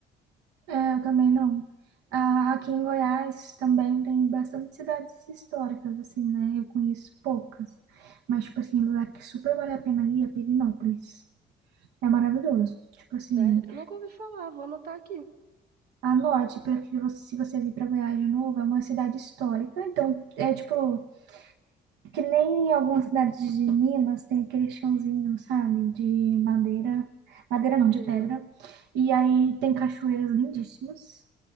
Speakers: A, on the right (about 85°); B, on the right (about 65°).
A: É, eu também não. Ah, aqui em Goiás também tem bastante cidades históricas, assim, né? Eu conheço poucas. Mas, tipo assim, um lugar que super vale a pena ir é Pirenópolis. É maravilhoso. Tipo assim,
B: Sério, nunca ouvi falar, vou anotar aqui.
A: anote, porque você- se você vir pra Goiás de novo, é uma cidade histórica. Então, é tipo, que nem em algumas cidades de Minas tem aquele chãozinho, sabe? De madeira. Madeira não, de
B: Sei.
A: pedra. E aí tem cachoeiras lindíssimas.